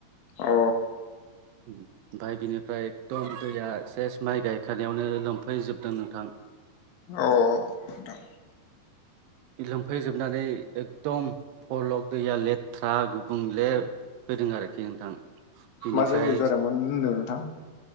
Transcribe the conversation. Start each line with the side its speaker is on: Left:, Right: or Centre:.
Left: अ
Right: उम ओमफ्राय बिनिफ्राय एकदम दैया सेस माइ गायखानायावनो लोमफैजोबदों नोंथां।
Left: औ नोंथां
Right: लोमफैजोबनानै एकदम फल दैया लेथ्रा गुबुंले फैदों आरोखि नोंथां बेनिफ्राय
Left: मा जायगायाव जादोंमोन होनदों नोंथां?